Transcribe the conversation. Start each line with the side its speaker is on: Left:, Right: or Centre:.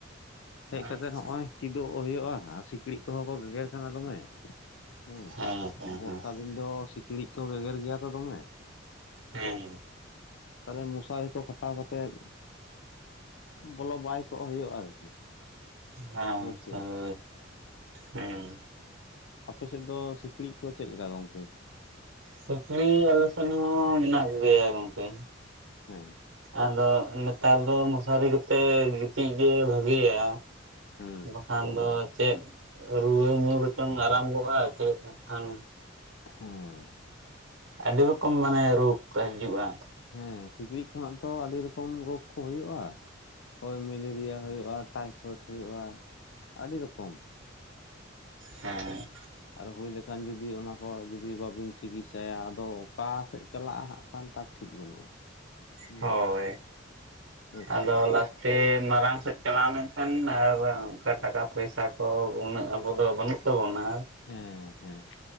Left: ᱦᱮᱡ
Right: ᱟᱪᱪᱷᱟ
Left: ᱠᱟᱛᱮᱜ ᱦᱚᱜ-ᱚᱭ ᱠᱤᱫᱩᱯ ᱦᱩᱭᱩᱜ-ᱟ ᱟᱨ ᱥᱤᱠᱲᱤᱡ ᱠᱚᱦᱚᱸ ᱠᱚ ᱜᱮᱜᱮᱨ ᱠᱟᱱᱟ ᱫᱚᱢᱮ ᱦᱩᱸ
Right: ᱦᱮᱸ ᱦᱮᱸ
Left: ᱵᱚᱨᱥᱟ ᱫᱤᱱ ᱫᱚ ᱥᱤᱠᱬᱤᱡ ᱠᱚ ᱜᱮᱜᱮᱨ ᱜᱮᱭᱟ ᱛᱚ ᱫᱚᱢᱮ
Right: ᱦᱮᱸ
Left: ᱛᱚᱵᱮ ᱢᱚᱥᱟᱨᱤ ᱠᱚ ᱠᱷᱟᱴᱟᱣ ᱠᱟᱛᱮᱫᱽ ᱵᱚᱞᱚ ᱵᱟᱭ ᱠᱚᱜ ᱦᱩᱭᱩᱜᱼᱟ ᱟᱨᱠᱤ᱾
Right: ᱦᱮᱸ
Left: ᱵᱩᱡᱽ ᱠᱮᱫᱟᱵᱤᱱ
Right: <unintelligible> ᱦᱩᱸ
Left: ᱟᱯᱮᱥᱮᱫ ᱫᱚ ᱥᱤᱠᱬᱤᱡ ᱠᱚ ᱪᱮᱫ ᱞᱮᱠᱟ ᱜᱚᱝᱠᱮ
Right: ᱥᱤᱠᱬᱤ ᱟᱞᱮ ᱥᱮᱱ ᱦᱚᱸ ᱢᱮᱱᱟᱜ ᱠᱚᱜᱮᱭᱟ ᱜᱚᱝᱠᱮ᱾
Left: ᱦᱮᱸ
Right: ᱟᱫᱚ ᱱᱮᱛᱟᱨ ᱫᱚ ᱢᱚᱥᱟᱨᱤ ᱠᱚᱛᱮ ᱜᱤᱛᱤᱡ ᱜᱮ ᱵᱷᱟᱹᱜᱤᱭᱟ᱾
Left: ᱦᱮᱸ
Right: ᱵᱟᱠᱷᱟᱱ ᱫᱚ ᱪᱮᱫ ᱨᱩᱣᱟᱹ <unintelligible> ᱟᱨᱟᱢᱵᱚᱜᱼᱟ ᱪᱮᱫ ᱮᱱᱠᱷᱟᱱ,
Left: ᱦᱮᱸ
Right: ᱟᱹᱰᱤ ᱨᱚᱠᱚᱢ ᱢᱟᱱᱮ ᱨᱳᱜᱽ ᱠᱚ ᱦᱤᱡᱩᱜ-ᱟ
Left: ᱦᱮᱸ ᱥᱤᱠᱲᱤᱡ ᱠᱷᱚᱱᱟᱜ ᱛᱚ ᱟᱹᱰᱤ ᱨᱚᱠᱚᱢ ᱨᱳᱜᱽ ᱠᱚ ᱦᱩᱭᱩᱜᱼᱟ ᱦᱳᱭ ᱢᱮᱞᱮᱨᱤᱭᱟ ᱦᱩᱭᱩᱜᱼᱟ ᱴᱟᱭᱯᱷᱚᱭᱮᱴ ᱦᱩᱭᱩᱜᱼᱟ ᱟᱹᱰᱤ ᱨᱚᱠᱚᱢ᱾
Right: ᱦᱮᱸ ᱦᱮᱸ
Left: ᱟᱫᱚ ᱦᱩᱭ ᱞᱮᱠᱷᱟᱱ ᱡᱩᱫᱤ ᱚᱱᱟ ᱠᱚ ᱡᱩᱫᱤ ᱵᱟᱹᱵᱤᱱ ᱪᱤᱠᱤᱛᱥᱟᱭᱟ ᱟᱫᱚ ᱚᱠᱟ ᱥᱮᱫ ᱪᱟᱞᱟᱜᱼᱟ ᱦᱟᱸᱜ ᱴᱷᱤᱠ ᱵᱟᱹᱱᱩᱜᱼᱟ, ᱦᱮᱸ
Right: ᱦᱳᱭ
Left: ᱵᱩᱡᱽ
Right: ᱟᱫᱚ
Left: ᱠᱮᱫᱟᱵᱤᱱ
Right: ᱞᱟᱥ <inaudible> ᱛᱮ ᱢᱟᱨᱟᱝ ᱥᱮᱫ ᱪᱟᱞᱟᱣ ᱞᱮᱱᱠᱷᱟᱱ ᱟᱨ ᱚᱱᱠᱟ ᱴᱟᱠᱟ ᱯᱚᱭᱥᱟ ᱠᱚ ᱩᱱᱟᱹᱜ ᱟᱵᱚᱫᱚ ᱵᱟᱹᱱᱩᱜ ᱛᱟᱵᱚᱱᱟ
Left: ᱦᱮᱸ ᱦᱮᱸ